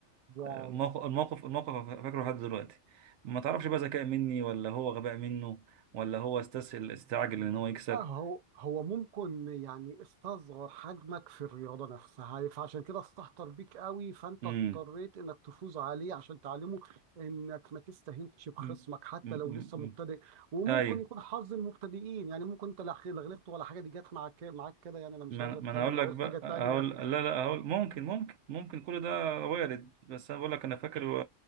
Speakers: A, on the right (about 55°); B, on the right (about 85°).
A: واو
B: الموقف الموقف الموقف فاكره لحد دلوقتي ما تعرفش بقى ذكاء مني ولا هو غباء منه ولا هو استسهل استعجل ان هو يكسب
A: اه هو هو ممكن يعني استصغر حجمك في الرياضة نفسها فعشان كده استهتر بيك قوي فانت
B: امم
A: اضطريت انك تفوز عليه عشان تعلمه انك ما تستهينش بخصمك
B: امم
A: حتى
B: أمم.
A: لو لسه مبتدئ وممكن
B: ايوه
A: يكون حظ المبتدئين يعني ممكن انت لا خ- لا غلبت ولا حاجة دي جت معاك معاك كده يعني انا مش
B: ما
A: عاوز
B: أنا-
A: اتكلم
B: ما انا هقول لك
A: اقول
B: بقى
A: حاجة تانية
B: هقول لا لا هقول ممكن ممكن ممكن كل ده وارد بس انا بقول لك انا فاكر و-